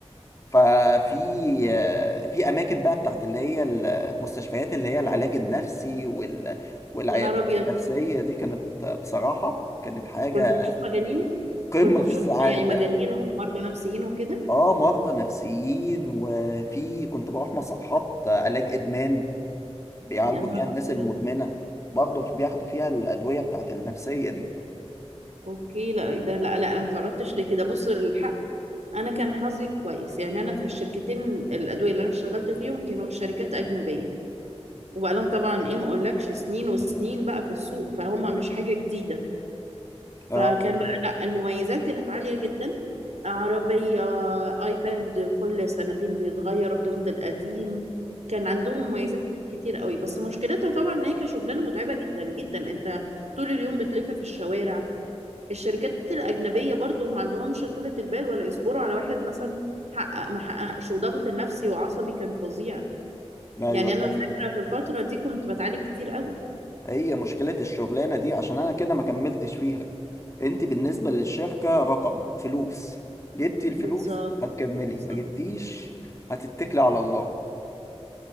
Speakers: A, on the left; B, on the right.
A: ففي آه، في أماكن بقى بتاعت اللي هي المستشفيات اللي هي العلاج النفسي وال... والعيادات
B: يا نهار ابيض
A: النفسية دي كانت آه، بصراحة كانت حاجة
B: كنت بتشوف مجانين
A: قمة
B: كنت بتشوف
A: في السعادة
B: يعني مجانين ومرضى نفسيين وكده
A: اه مرضى نفسيين وفي كنت بروح مصحات آه، علاج إدمان بيعالجوا
B: يا نهار
A: فيها الناس
B: ابيض
A: المدمنة برضه بياخدوا فيها الأدوية بتاعت النفسية دي
B: اوكي لا ده لا لا انا ما تعرضتش لكده بص الحق انا كان حظي كويس يعني انا في الشركتين الادويه اللي انا اشتغلت فيهم كانوا شركات اجنبيه وبقى لهم طبعا ايه ما اقولكش سنين وسنين بقى في السوق فهم مش حاجه جديده
A: آه.
B: فكان بقى لا المميزات كانت عاليه جدا عربيه ايباد كل سنتين بيتغير وبتاخد القديم كان عندهم مميزات كتير قوي بس مشكلتها طبعا ان هي كشغلانه متعبه جدا جدا انت طول اليوم بتلف في الشوارع الشركات الأجنبية برضو ما عندهمش طولة البال ولا يصبروا على واحد مثلا حقق ما حققش وضغط النفسي وعصبي كان فظيع
A: ايوه
B: يعني أنا
A: فاهم.
B: فاكرة في الفترة دي كنت بتعالج كتير قوي
A: هي مشكلة الشغلانة دي عشان انا كده ما كملتش فيها انت بالنسبة للشركة رقم فلوس جبتي الفلوس
B: بالظبط
A: هتكملي
B: بالظبط
A: ما جبتيش هتتكلي على الله